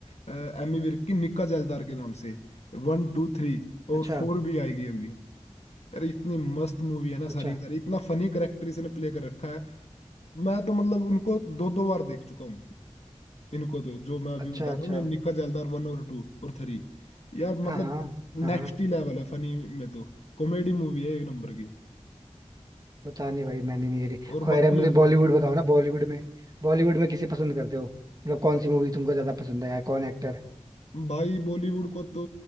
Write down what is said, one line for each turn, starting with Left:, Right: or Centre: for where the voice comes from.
Left: अ, एमी विर्क की निक्का जैलदार के नाम से वन टू थ्री और
Right: अच्छा
Left: फोर भी आएगी अभी अरे इतनी मस्त मूवी है ना सारी
Right: अच्छा
Left: की सारी इतना फनी करेक्टर इसने प्ले कर रखा है मैं तो मतलब उनको दो दो बार देख चुका हूँ इनको तो जो मैं अभी
Right: अच्छा
Left: बता
Right: अच्छा
Left: रहा हूँ ना निक्का जैलदार वन और टू और थ्री यार
Right: हाँ
Left: मतलब
Right: हाँ हाँ
Left: नेक्स्ट
Right: हाँ
Left: ही लेवल है फनी में तो कॉमेडी मूवी है एक नंबर की
Right: पता नहीं भाई मैंने नहीं देखी
Left: और
Right: खैर
Left: बाकी
Right: है मुझे
Left: ये
Right: बॉलीवुड बताओ ना बॉलीवुड में बॉलीवुड में किसे पसंद करते हो मतलब कौन सी मूवी तुमको ज्यादा पसंद है या कौन एक्टर
Left: भाई बॉलीवुड को तो